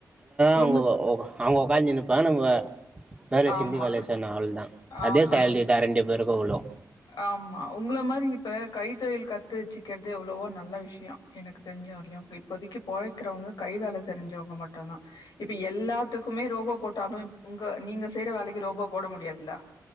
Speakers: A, on the left (about 75°); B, on the right (about 15°).
A: உங்க
B: அவங்க அவங்க உடக்காந்தினுப்பாங்க நம்ப வேர்வ
A: ஆமா
B: சிந்தி வேல செய்னும் ஆவ்ளோதா அதே
A: ஆமா
B: சால்ரி
A: இப்
B: தா ரெண்டு பேர் எப்போ விழு
A: ஆமா உங்கள மாதிரி இப்ப கை தொழில் கத்து வச்சுக்கிறதுே எவ்வளவோ நல்ல விஷயம் எனக்கு தெஞ்ச வர்லயும் இப்போதைக்கு பொழைக்கிறவங்க கை வேல தெரிஞ்சவங்க மட்டும்தா இப்ப எல்லாத்துக்குமே ரோபோ போட்டாலும் உங்க நீங்க செய்யற வேலைக்கு ரோபோ போட முடியாதுல்ல